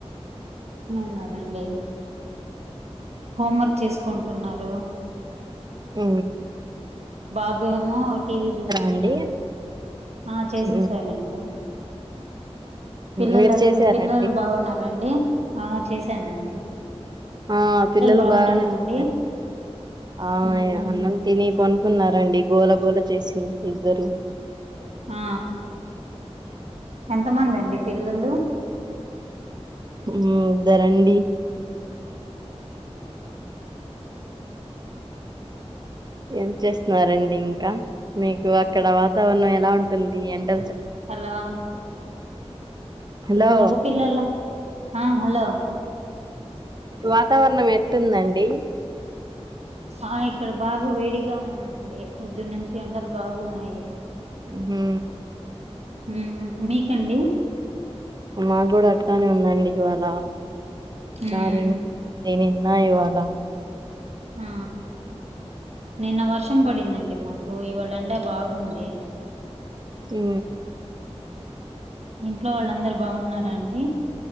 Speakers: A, on the right; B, on the right.
A: అవునండి హోమ్ వర్క్ చేసుకుంటున్నారు
B: ఉ
A: బాబు ఏమో టీవీ చూస్తున్నాడు
B: అండి
A: ఆ చేసేసారండి
B: ఉమ్,
A: పిల్లలు
B: మీరు చేసారా
A: పిల్లలు
B: అండి
A: బాగున్నారండి ఆ చేశానండి
B: ఆ పిల్లలు
A: బాగున్నారా
B: బాగానే ఉన్నారండి
A: అండి
B: ఆ
A: ఉమ్
B: అన్నం తిని పన్ కున్నారండి గోల గోళ చేసి ఇద్దరు
A: ఆ ఎంత మంది అండి పిల్లలు
B: ఉ ఇద్దరండి ఏం చేస్తున్నారండి ఇంకా మీకు అక్కడ వాతావరణం ఎలా ఉంటుంది ఎండ
A: హలో
B: హలో
A: మగ పిల్లల హ హలో
B: వాతావరణం ఎట్టుందండి
A: ఆ ఇక్కడ బాగా వేడిగా ఉందండి పొద్దున్న నుంచి ఎండలు బాగున్నాయి
B: ఉహు
A: ఉ మీకండి
B: మాకు కూడా అట్టానే ఉందండి ఇవాళ
A: ఉమ్
B: చాల వేడే న్నా ఇవాళ
A: ఆ నిన్న వర్షం పడిందండి మాకు ఇవాళ ఎండ బాగుంది
B: ఉ
A: ఇంట్లో వాళ్ళందరు బాగున్నారాండి